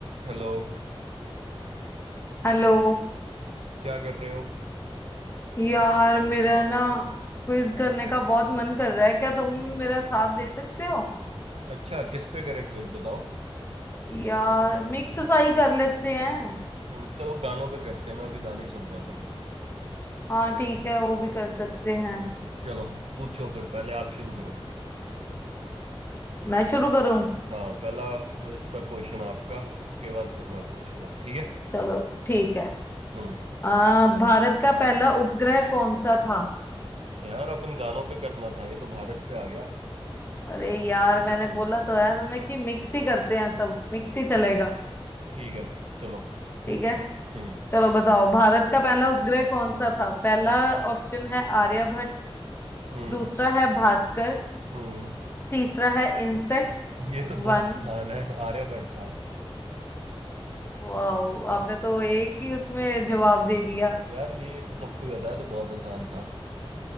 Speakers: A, on the right; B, on the left.
A: हेलो
B: Hello
A: क्या कर रहे हो
B: यार मेरा ना क्विज करने का बहुत मन कर रहा है क्या तुम मेरा साथ दे सकते हो
A: अच्छा किस पे करें क्विज बताओ
B: यार मिक्स सा ही कर लेते हैं
A: हम्म, चलो गानों पे करते हैं मैं अभी गाने सुन रहा था
B: हाँ ठीक है वो भी कर सकते हैं
A: चलो पूछो फिर पहले आप शुरू करो
B: मैं शुरू करूं
A: हाँ पहला क्विज का क्वेश्चन आपका उसके बाद फिर मैं पूछूंगा ठीक है
B: चलो ठीक है
A: हम्म
B: आ, भारत का पहला उपग्रह कौन सा था
A: यार अपन गानों पे करना था ये तो भारत पे आ गया
B: अरे यार मैंने बोला तो है तुम्हें कि मिक्स ही करते हैं सब मिक्स ही चलेगा
A: ठीक है चलो पूछो
B: ठीक है
A: हम्म
B: चलो बताओ भारत का पहला उपग्रह कौन सा था पहला ऑप्शन है आर्यभट्ट
A: हम्म
B: दूसरा है भास्कर
A: हम्म
B: तीसरा है इंसेक्ट
A: ये तो बहुत
B: वन
A: आसान है आर्यभट्ट था
B: वाओ आपने तो एक ही उसमें जवाब दे दिया
A: यार ये तो सबको ही पता है तो बहुत आसान था